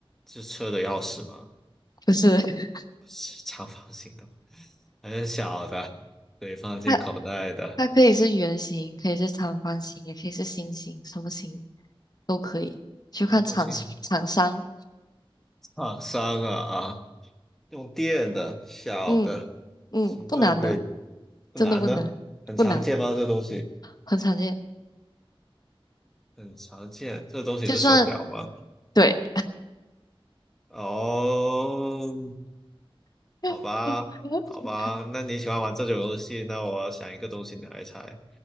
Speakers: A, in the centre; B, on the left.
A: 是车的钥匙吗？
B: 不是，<laughs>
A: <laughs> 不是长方形的，很小的，可以放进口袋的，
B: 它它可以是圆形，可以是长方形，也可以是心形，什么形都可以，
A: 做不进
B: 就看厂厂商。
A: 放伤啊啊！用电的小的，
B: 嗯嗯，
A: 形状可以
B: 不难的，
A: 不难的，
B: 真的不难，
A: 很常见吗？
B: 不难，
A: 这东西
B: 很常见。
A: 很常见，这东西是手表吗？
B: 就算对，
A: 哦，好吧，
B: <laughs>
A: 好吧，那你喜欢玩这种游戏，那我想一个东西你来猜。